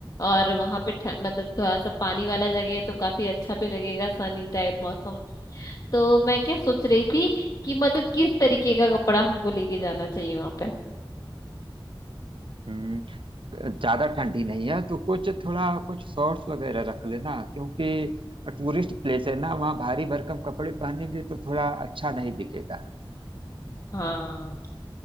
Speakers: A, on the left; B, on the right.
A: और वहां पे ठ- मतलब थोड़ा सा पानी वाला जगह है तो काफी अच्छा भी लगेगा सनी टाइप मौसम तो मैं क्या सोच रही थी कि मतलब किस तरीके का कपड़ा हमको लेके जाना चाहिए वहां पे
B: हम्म, ज्यादा ठंडी नहीं है तो कुछ थोड़ा कुछ शॉर्ट्स वगैरह रख लेना क्योंकि टूरिस्ट प्लेस है ना वहाँ भारी भरकम कपड़े पहनेंगे तो थोड़ा अच्छा नहीं दिखेगा
A: हाँ